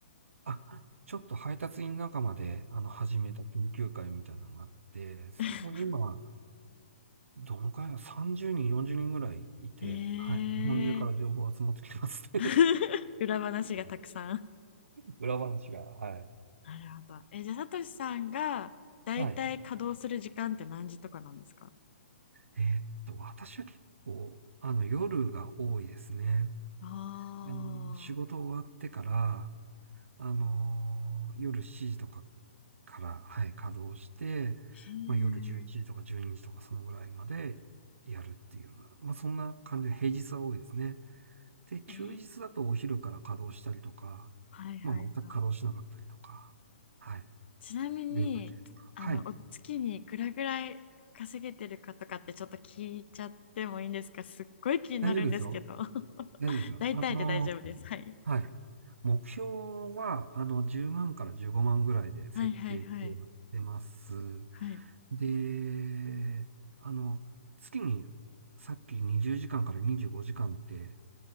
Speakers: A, on the right; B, on the left.
A: あ、ちょっと配達員仲間であの始めた研究会みたいなのがあって、そこ今、
B: <laughs>
A: どのくらいだ ?30 人、40人ぐらいいて、
B: えー、
A: はい。日本中から情報集まってきてますね。
B: <laughs> 裏話がたくさん。
A: <laughs> 裏話が、はい。
B: なるほど。え、じゃあ、さとしさんがだいたい稼働する時間って何時とかなんですか
A: はい。えーっと、私は結構、あの、夜が多いですね。
B: ああ
A: あの仕事終わってから、あのー夜7時とかから、はい、稼働して、
B: ー、へえ。
A: まあ、夜11時とか12時とかそのぐらいまでやるっていうような、まあ、そんな感じで平日は多いですね。で、休日だとお昼から稼働したりとか、
B: えー、はいはいはい。
A: まあ、全く稼働しなかったりとか、はい、
B: ちなみに、
A: 夜が中とか。
B: あの、
A: はい、
B: お月にいくらぐらい稼げてるかとかってちょっと聞いちゃってもいいんですかすっごい気になるんですけど。
A: 大丈夫ですよ。
B: <laughs>
A: 大丈夫ですよ。
B: 大体で大丈夫です。
A: あの
B: はい。
A: はい。目標は、あの、10万から15万ぐらいで設定してやってます。
B: はいはいはい。はい。
A: で、あの、月に、さっき20時間かんから25時間って、